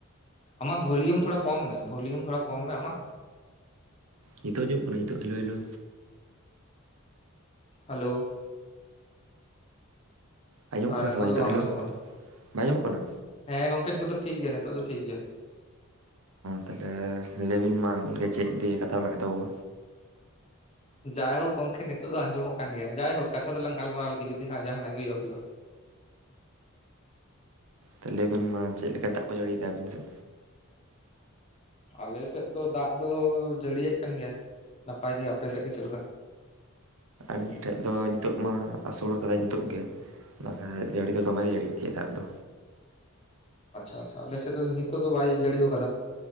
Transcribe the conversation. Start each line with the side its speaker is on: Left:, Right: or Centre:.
Left: ᱟᱢᱟᱜ ᱵᱷᱚᱞᱤᱭᱚᱢ ᱛᱷᱩᱲᱟ ᱠᱚᱢ ᱢᱮ ᱵᱷᱚᱞᱤᱭᱚᱢ ᱛᱷᱩᱲᱟ ᱠᱚᱢ ᱢᱮ ᱟᱢᱟᱜ?
Right: ᱱᱤᱛᱚᱜ ᱟᱸᱡᱚᱢᱚᱜ ᱠᱟᱱᱟ ᱱᱤᱛᱚᱜ ᱦᱮᱞᱳ - ᱦᱮᱞᱳ,
Left: ᱦᱟᱞᱳ,
Right: ᱟᱸᱡᱚᱢᱚᱜ
Left: ᱟᱨ
Right: ᱠᱟᱱᱟ
Left: ᱱᱤᱛᱚᱜ
Right: ᱥᱮ ᱵᱟᱝ ᱧᱤᱛᱚᱜ
Left: ᱫᱚ
Right: ᱦᱮᱞᱳ
Left: ᱟᱸᱡᱚᱢᱚᱜ ᱠᱟᱱᱟ
Right: ᱵᱟᱭ ᱟᱸᱡᱚᱢᱚᱜ ᱠᱟᱱᱟ?
Left: ᱦᱮᱸ ᱜᱚᱝᱠᱮ ᱱᱤᱛᱚᱜ ᱫᱚ ᱴᱷᱤᱠ ᱜᱮᱭᱟ ᱱᱤᱛᱚᱜ ᱫᱚ ᱴᱷᱤᱠ ᱜᱮᱭᱟ᱾
Right: ᱛᱟᱦᱞᱮᱻ ᱞᱟᱹᱭᱵᱤᱱ ᱢᱟ ᱟᱵᱤᱱ ᱜᱮ ᱪᱮᱫ ᱫᱤᱭᱮ ᱠᱟᱛᱷᱟ ᱞᱟᱝ ᱮᱛᱚᱦᱚᱵᱚ?
Left: ᱡᱟᱭᱦᱳᱠ ᱜᱚᱝᱠᱮ ᱱᱤᱛᱚᱜ ᱫᱚ ᱟᱸᱡᱚᱢᱚᱜ ᱠᱟᱱ ᱜᱮᱭᱟ ᱡᱟᱭᱦᱩᱠ ᱠᱟᱛᱷᱟ ᱫᱚ ᱞᱟᱝ ᱜᱟᱞᱢᱟᱨᱟᱣ ᱞᱮᱜᱮ ᱡᱩᱫᱤ ᱦᱟᱸᱜ ᱡᱟᱦᱟᱸᱱᱟᱜ ᱜᱮ ᱦᱩᱭᱩᱜᱼᱟ ᱦᱩᱭᱩᱜᱼᱟ
Right: ᱛᱚ ᱞᱟᱹᱭᱵᱤᱱ ᱢᱟ ᱪᱮᱜ ᱞᱮᱠᱟ ᱫᱟᱜ ᱠᱚᱭ ᱡᱟᱹᱲᱤ ᱮᱫᱟ ᱟᱹᱵᱤᱱ ᱥᱮᱜ?
Left: ᱟᱞᱮᱥᱮᱫ ᱫᱚ ᱫᱟᱜ ᱫᱚ ᱡᱟᱹᱲᱤ ᱭᱮᱜ ᱠᱟᱱ ᱜᱮᱭᱟᱭ ᱱᱟᱯᱟᱭ ᱜᱮ ᱟᱯᱮᱥᱮᱜ ᱜᱮ ᱪᱮᱜ ᱞᱮᱠᱟ?
Right: ᱟᱞᱮ ᱴᱷᱮᱡ ᱫᱚ ᱧᱤᱛᱳᱜ ᱢᱟ ᱟᱥᱩᱲ ᱠᱟᱫᱟᱭ ᱧᱤᱛᱳᱜ ᱜᱮ ᱾ ᱵᱟᱠᱷᱟᱡ ᱡᱟᱹᱲᱤ ᱫᱚ ᱫᱚᱢᱮ ᱜᱮ ᱡᱟᱹᱲᱤ ᱤᱫᱤᱭᱟᱹ ᱫᱟᱜ ᱫᱚ
Left: ᱟᱪᱪᱷᱟ ᱟᱪᱪᱷᱟ ᱟᱞᱮᱥᱮᱫ ᱫᱚ ᱧᱤᱛᱚᱜ ᱫᱚ ᱵᱟᱭ ᱡᱟᱹᱲᱤᱣ ᱠᱟᱫᱟ ᱾